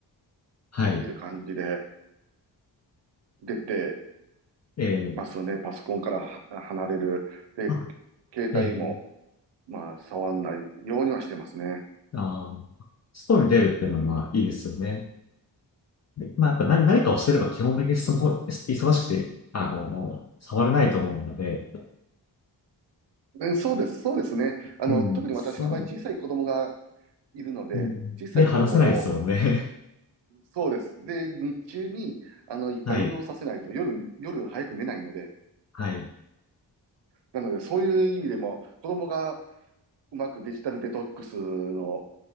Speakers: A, on the left (about 40°); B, on the right (about 80°).
A: はい。
B: ていう感じで、出て
A: えー、
B: ますね。パソコンからは離れる。で、
A: あ、
B: 携帯も、
A: えー、
B: まあ、触んないようにはしてますね。
A: あー、ストーリー出るっていうのはまあいいですよね。
B: うん。
A: でまあ、やっぱ何、何かをしてれば基本的にスマホ、忙しくて、あの、触れないと思うので、
B: えそうです、そうですね。あの、
A: うん、
B: 特に私の場合、
A: それ、
B: 小さい子供がいるので、
A: うん、
B: 小さい子供を、
A: で、話せないですもんね。
B: そうです。で、日中に、あの、いっぱい運動させないと、
A: <laughs> はい。
B: 夜、夜早く寝ないので、
A: はい。
B: なので、そういう意味でも、子供がうまくデジタルデトックスの、